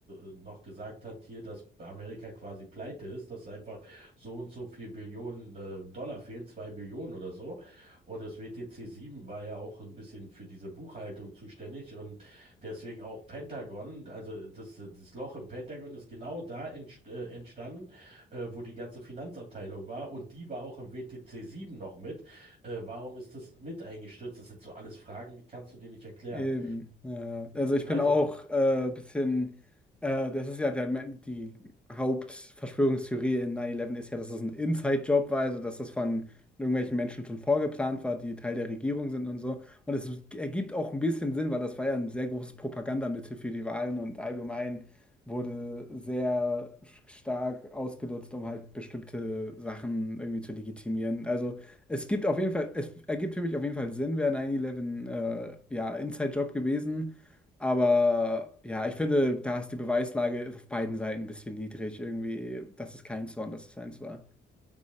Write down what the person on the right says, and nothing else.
äh, noch gesagt hat hier, dass Amerika quasi pleite ist, dass einfach so und so viel Billionen äh, Dollar fehlen, zwei Billionen oder so. Und das WTC 7 war ja auch ein bisschen für diese Buchhaltung zuständig und deswegen auch Pentagon, also das, das Loch im Pentagon ist genau da entst äh, entstanden, äh, wo die ganze Finanzabteilung war und die war auch im WTC 7 noch mit. Äh, warum ist das mit eingestürzt? Das sind so alles Fragen, die kannst du dir nicht erklären.
Also